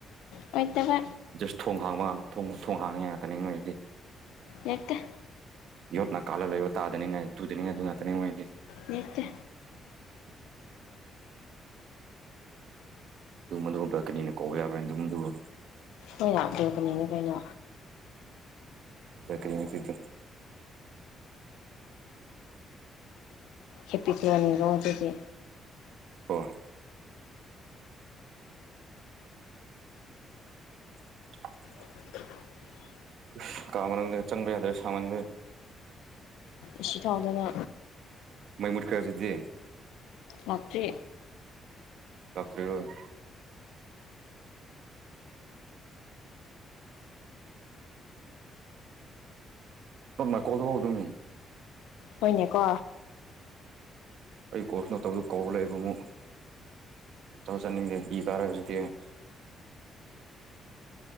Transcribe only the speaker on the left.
ꯑꯣꯏꯇꯕ
ꯌꯦꯡꯀ
ꯅꯠꯇꯦ
ꯍꯣꯏ ꯂꯥꯛꯄꯤꯔꯛꯀꯅꯤꯅꯦ ꯀꯩꯅꯣ
ꯍꯦꯞꯄꯤꯗꯦꯟꯠ ꯅꯣꯡ ꯁꯤꯗꯤ
<inaudible>
ꯏꯁꯤ ꯊꯥꯎꯗꯅ
ꯂꯥꯛꯇ꯭ꯔꯤ
ꯍꯣꯏꯅꯦꯀꯣ